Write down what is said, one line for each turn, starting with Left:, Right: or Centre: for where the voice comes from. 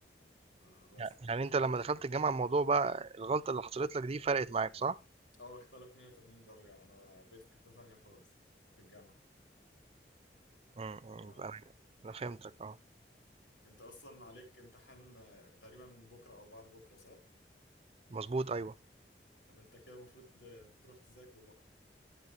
Left: فبس
Right: يعني يعني انت لما دخلت الجامعه الموضوع بقى الغلطه اللي حصلت لك دي فرقت معاك صح
Left: أه اختلف 180 درجة أنا بقيت في حتة ثانية خالص في الجامعة
Right: امم امم،
Left: فأنت
Right: انا انا فهمتك اه
Left: أصلا عليك امتحان آه، تقريبا بكرة أو بعد بكرة صح؟
Right: مظبوط ايوه
Left: طب أنت كده المفروض آه، تروح تذاكره بقى